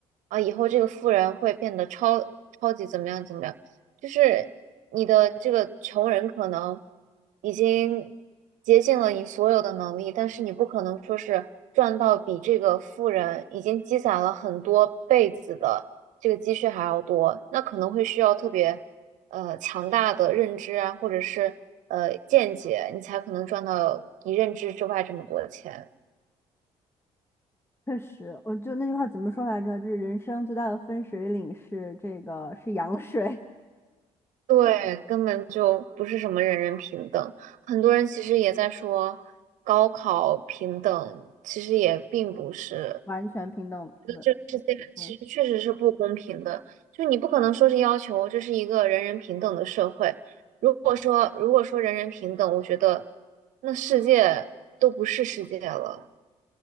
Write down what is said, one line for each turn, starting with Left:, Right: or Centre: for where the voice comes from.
Right: 啊，以后这个富人会变得超超级怎么样怎么样。就是你的这个穷人可能已经竭尽了你所有的能力，但是你不可能说是赚到比这个富人已经积攒了很多辈子的这个积蓄还要多，那可能会需要特别呃强大的认知啊，或者是呃见解，你才可能赚到你认知之外这么多钱。
Left: 确实，我就那句话怎么说来着？就是人生最大的分水岭是这个是羊水，
Right: 对，根本就不是什么人人平等。很多人其实也在说高考平等，其实也并不是，
Left: <laughs> 完全平等。对，
Right: 世界其实确实是不公平的。
Left: 嗯。
Right: 就你不可能说是要求这是一个人人平等的社会。如果说如果说人人平等，我觉得那世界都不是世界了。